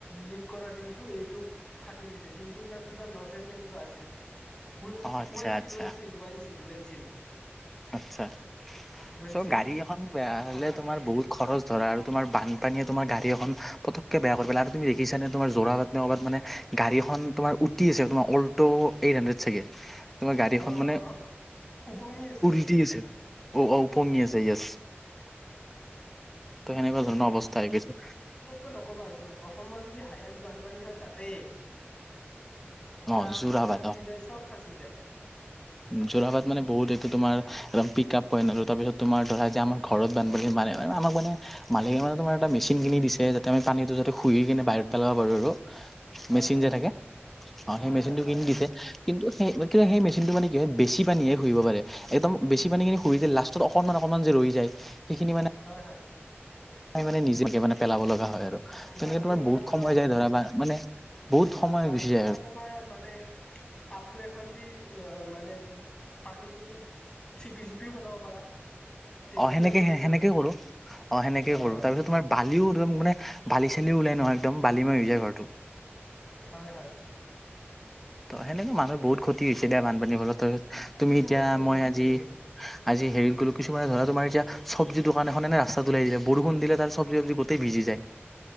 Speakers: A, on the left; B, in the centre.
A: লিক কৰা ৰিংটো এইটো ফাটি গৈছে। ৰিংটোৰ নাম কিবা নজেল নে কিবা আছিল। ৱেলছিল,
B: অ আচ্ছা আচ্ছা
A: ৱেলছিল, ৱেলছিল, ৱেলছিল।
B: আচ্ছা।
A: ৱেলছিল
B: চ' গাড়ী এখন বেয়া হ'লে
A: ফাট ফাটি
B: তোমাৰ
A: গৈছিল
B: বহুত খৰচ ধৰা আৰু তোমাৰ বানপানীয়ে তোমাৰ গাড়ী এখন পতককে বেয়া কৰি পেলাই। আৰু তুমি দেখিছানে তোমাৰ জোৰাবাট নে ক'ৰবাত মানে গাড়ী এখন তোমাৰ উটি আহিছে। তোমাৰ অল ট' এইট হাণ্ড্ৰেড চাগে, তোমাৰ গাড়ী
A: অ
B: খন মানে
A: অ অ উপঙি আছে
B: উটি আছে। অ' উপঙি আছে ইয়েছ। তেনেকুৱা ধৰণৰ অৱস্থা হৈ গৈছে।
A: ত' নক'বা য অসমৰ যদি হায়েষ্ট বানপানী হয় তাতেই। ট্ৰাকো
B: অ' যোৰাবাট
A: ফাঁচি
B: অ'
A: যায় চব ফাঁচি যায়।
B: যোৰাবাট মানে বহুত এইটো তোমাৰ একদম পিক আপ পইণ্ট আৰু তাৰপিছত তোমাৰ ধৰা যে আমাৰ ঘৰত বানপানী সোমালে এ আমাক মানে মালিকে মানে তোমাৰ এটা মেচিন কিনি দিছে যাতে আমি পানীটো যাতে সুহি কেনে বাহিৰত পেলাব পাৰোঁ আৰু।
A: হয়
B: মেচিন
A: হয়
B: যে
A: হয়
B: থাকে, অ'
A: হয়
B: সেই মেচিনটো
A: হয় হয়
B: কিনি দিছে, কিন্তু সেই কিন্তু সেই মেচিনটো মানে কি হয় বেছি পানীহে সুহিব পাৰে একদম বেছি পানী খিনি সুহি দিলে লাষ্টত অকণমান, অকণমান যে ৰৈ যায়। সিখিনি মানে
A: হয়, হয়।
B: তাই মানে নিজে মানে পেলাব লগা হয় আৰু।
A: এ
B: তেনেকে
A: বাল্টিং
B: তোমাৰ বহুত
A: বা তোমাৰ
B: সময় যায়
A: <unintelligible>
B: ধৰা বা মানে বহুত
A: বা
B: সময়
A: বাল্টিং
B: গুচি যায়
A: বা
B: আৰু
A: তোমাৰ মানে কাপোৰ এখন দি আহ মানে, পানীখিনি চিপি চিপিয়ো পেলাব পাৰা। তেতিয়াও
B: অ' সেনেকে,
A: জল্দি
B: সেনেকে
A: হয়
B: কৰোঁ অ' সেনেকে
A: অ
B: কৰোঁ
A: অ
B: তাৰপিছত তোমাৰ বালিয়ো একদম মানে, বালি চালিয়ো উলাই নহয় একদম বালি মাৰ হৈ যায় ঘৰটো।
A: হয়, হয়।
B: ত' সেনেকে মানুহ বহুত ক্ষতি হৈছে দেই বানপানীৰ ফলত তই, তুমি
A: বহুত
B: এতিয়া
A: ক্ষতি
B: মই
A: হৈছে
B: আজি
A: বহুত
B: আজি হেৰীত গলোঁ কিছুমান ধৰা তোমাৰ এতিয়া চবজী দোকান এখন এনে ৰাস্তাত উলাই দিলে বৰষুণ দিলে তাত চবজি-তবজি গো টে ভিজি যায়।